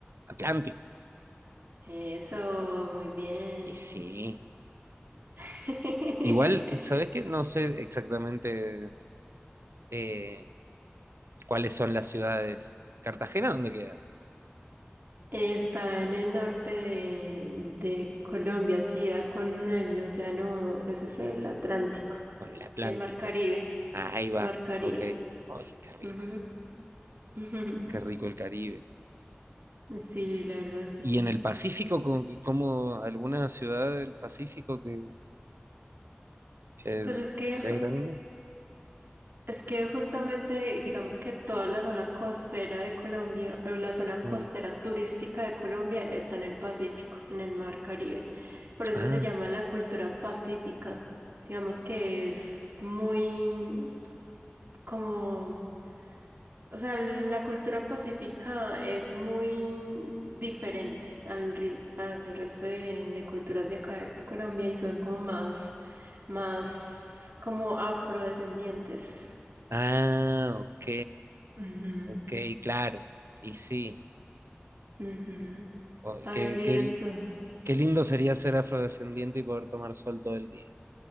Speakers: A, on the right; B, on the right.
A: Atlántico.
B: Eso, muy bien.
A: Y sí.
B: <laughs>
A: Igual, ¿sabes qué? No sé exactamente eh, cuáles son las ciudades. ¿Cartagena dónde queda?
B: Está en el norte de, de Colombia, sí, da con el océano, ese es el Atlántico,
A: Con el Atlántico.
B: el Mar Caribe,
A: Ah, ahí va,
B: Mar Caribe.
A: ok. Ay, qué rico.
B: Ujú. <laughs>
A: Qué rico el Caribe.
B: Sí, la verdad, sí.
A: ¿Y en el Pacífico, con, como alguna ciudad del Pacífico que, que
B: Pues es que
A: sea
B: ju-
A: grande?
B: Es que justamente, digamos que toda la zona costera de Colombia, o la zona
A: No.
B: costera turística de Colombia está en el Pacífico, en el Mar Caribe. Por eso
A: Ah,
B: se llama la cultura pacífica. Digamos que es muy mm, como, o sea, la cultura pacífica es muy diferente al, ri- al resto de, de culturas de acá de Colombia y son como más, más como afrodescendientes.
A: ah, ok.
B: Ujú.
A: Ok, claro. Y sí.
B: Ujú.
A: Oh,
B: A
A: qué,
B: ver, sigues
A: qué
B: tú.
A: Qué lindo sería ser afrodescendiente y poder tomar sol todo el día.